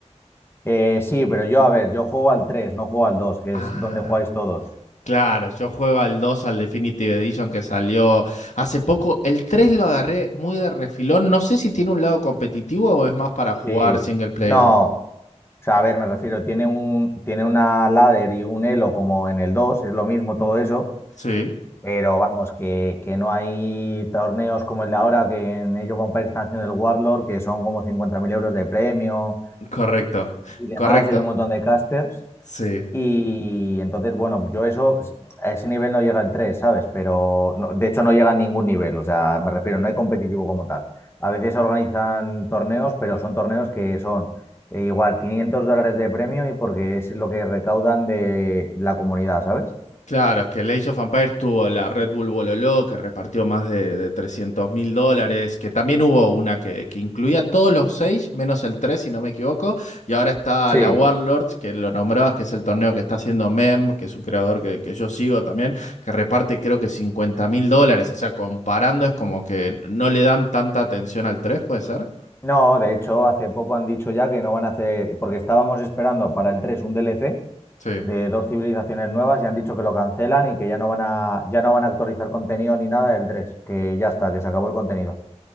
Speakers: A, on the left (about 20°); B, on the left (about 80°).
A: Eh, sí, pero yo, a ver, yo juego al 3, no juego al 2, que
B: Ah.
A: es donde jugáis todos.
B: Claro, yo juego al dos al Definitive Edition que salió hace poco. El 3 lo agarré muy de refilón. No sé si tiene un lado competitivo o es más para jugar
A: Sí,
B: single player.
A: no. O sea, a ver, me refiero, tiene un, tiene una ladder y un elo como en el dos es lo mismo todo eso,
B: Sí,
A: pero vamos, que, que no hay torneos como el de ahora, que en Age of Empires están haciendo el Warlord, que son como 50.000 euros de premio
B: correcto,
A: y demás,
B: correcto.
A: y hay un montón de casters,
B: Sí.
A: y entonces, bueno, yo eso, a ese nivel no llega el tres ¿sabes? Pero no- de hecho no llega a ningún nivel, o sea, me refiero, no hay competitivo como tal. A veces organizan torneos, pero son torneos que son eh, igual 500 dólares de premio y porque es lo que recaudan de la comunidad, ¿sabes?
B: Claro, es que el Age of Empires tuvo la Red Bull Bololó, que repartió más de, trescientos mil dólares, que también hubo una que, que incluía todos los seis, menos el 3 si no me equivoco, y ahora está
A: Sí.
B: la Warlords, que lo nombrabas, que es el torneo que está haciendo Mem, que es un creador que, que yo sigo también, que reparte creo que cincuenta mil dólares, o sea, comparando es como que no le dan tanta atención al tres ¿puede ser?
A: No, de hecho, hace poco han dicho ya que no van a hacer, porque estábamos esperando para el 3 un DLC
B: Sí.
A: de dos civilizaciones nuevas y han dicho que lo cancelan y que ya no van a, ya no van a actualizar contenido ni nada del tres que ya está, que se acabó el contenido.